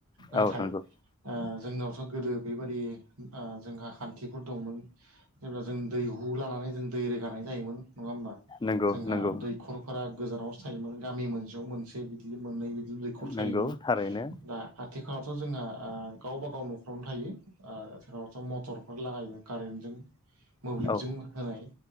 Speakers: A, on the right; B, on the left.
A: नाथाय
B: औ नंगौ
A: आ जोंनावथ' गोदो बेबायदि आ जोंहा खान्थिफोर दंमोन। जेब्ला जों दैहु लानानै जों दै रोगानाय जायोमोन नङा होमबा
B: नंगौ
A: जोंहा
B: नंगौ
A: दैखर फोरा गोजानावसो थायोमोन गामि मोनसेयाव मोनसे बिदि मोननै बिदि दैखर थायोमोन
B: नंगौ थारैनो
A: दा हाथिखालावथ' जोंहा आ गावबा गाव न'खरावनो थायो। आ <unintelligible> मटरफोर लागायो कारेन्टजों, मोब्लिबजों
B: औ
A: होनाय